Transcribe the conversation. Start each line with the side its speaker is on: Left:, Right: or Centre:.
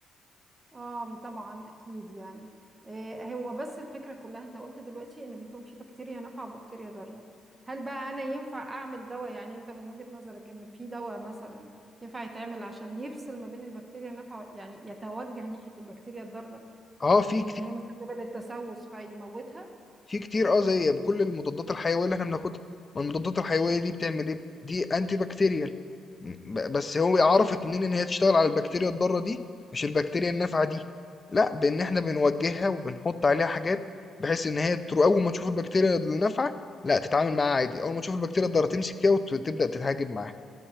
Right: اه طبعا اكيد يعني إيه هو بس الفكره كلها انت قلت دلوقتي ان بيكون في بكتيريا نافعه وبكتيريا ضاره هل بقى انا ينفع اعمل دواء يعني انت من وجهه نظرك ان في دواء مثلا ينفع يتعمل عشان يفصل ما بين البكتيريا النافعه يعني يتوجه ناحيه البكتيريا الضاره
Left: اه في
Right: اللي
Left: كتير
Right: هي مسببه للتسوس فيموتها
Left: في كتير اه زي بكل المضادات الحيويه اللي احنا بناخدها ما المضادات الحيويه دي بتعمل ايه دي انتي بكتيريال ب- بس هو عرفت منين ان هي تشتغل على البكتيريا الضاره دي مش البكتيريا النافعه دي لا بان احنا بنوجهها وبنحط عليها حاجات بحيث ان هي ترو- اول ما تشوف البكتيريا النافعه لا تتعامل معاها عادي اول ما تشوف البكتيريا الضاره تمسك فيها وتبدا تتهاجم معاها